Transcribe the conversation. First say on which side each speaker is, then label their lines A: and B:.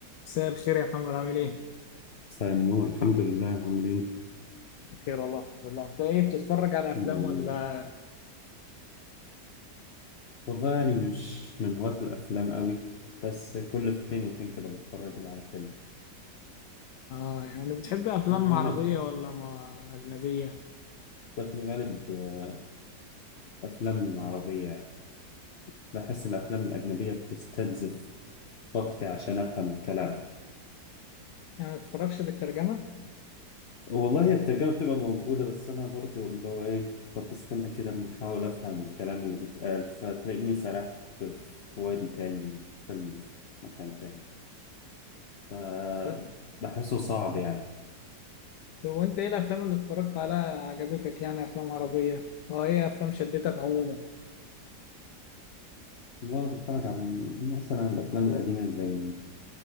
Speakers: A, on the left; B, on the left.
A: مساء الخير يا محمد عامل ايه؟
B: مساء النور الحمد لله عامل ايه انت
A: بخير والله الحمد لله انت ايه بتتفرج على افلام
B: الحمد لله.
A: ولا
B: والله يعني مش من هواة الافلام قوي بس كل فين وفين كده بتفرج على فيلم
A: اه يعني بتحب افلام
B: في الغالب
A: عربية ولا ما اجنبية؟
B: ده في الغالب آه، افلام عربية يعني بحس الافلام الاجنبية بتستنزف طاقتي عشان افهم الكلام
A: يعني ما بتتفرجش بالترجمة؟
B: والله هي الترجمة بتبقى موجودة بس انا برضو اللي هو ايه طب استنى كده اما احاول افهم الكلام اللي بيتقال فتلاقيني سرحت في وادي تاني فيلم في مكان تاني ف-
A: طب
B: بحسه صعب يعني
A: طب وانت ايه الافلام اللي اتفرجت عليها عجبتك يعني افلام عربية؟ اه ايه افلام شدتك عموما؟
B: والله بتفرج على مثلا الأفلام القديمة زي